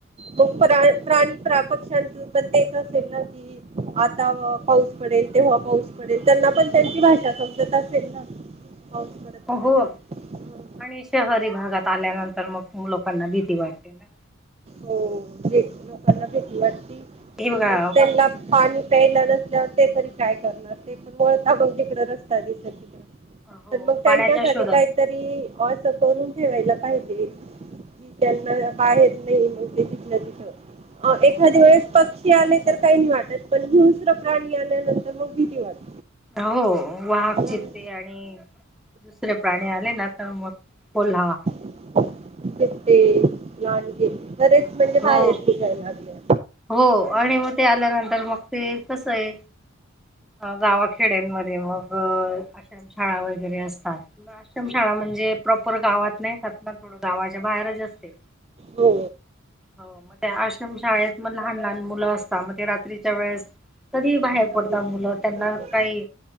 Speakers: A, on the right; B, in the centre.
A: मग प्रा प्रा प्राणी पक्ष्यांतून पण तेच असेल ना कि आता पाऊस पडेल तेव्हा पाऊस पडेल त्यांना पण त्यांची भाषा समजत असेल ना पडत नसेल
B: हो
A: तर
B: आणि शहरी भागात आल्यानंतर मग लोकांना भीती वाटते ना
A: हो जी लोकांना भीती वाटती
B: हे बघा
A: आणि मग त्यांना पाणी - प्यालं नसल्या ते तरी काय करणार ते पण वळता बग तिकड रस्ता दिसेल तिकड
B: हो
A: पण मग त्यांच्यासाठी
B: पाण्याच्या शोधात
A: काहीतरी - असं करून ठेवायला पाहिजे की ज्यांना आहेत नाही मग ते तिथलं तिथं एखाद्या वेळेस पक्षी आले तर काही नाही वाटत पण दुसरं प्राणी आल्यानंतर मग भिती वाटते
B: हो वाग
A: मला-
B: चितते
A: हम्म.
B: आणि दुसरे प्राणी आले ना तर मग कोल्हा
A: <inaudible> कती <unintelligible> बरेच म्हणजे बाहेर
B: हो
A: नीघायला लागले.
B: हो आणि मग ते आल्यानंतर मग ते कसय गावाखेड्यांमध्ये मग आश्रमशाळा वगैरे असतात, आश्रमशाळा म्हणजे प्रॉपर गावात नाहीेतात ना थोडं गावाच्या बाहेरच असते.
A: हो.
B: हो मग त्या आश्रमशाळेत. मग लहान लहान मुलं असतात, मग ते तीच्याच्या वेळेस - कधीही बाहेर
A: बरोबर.
B: पडता मुलं त्यांना
A: हो.
B: काई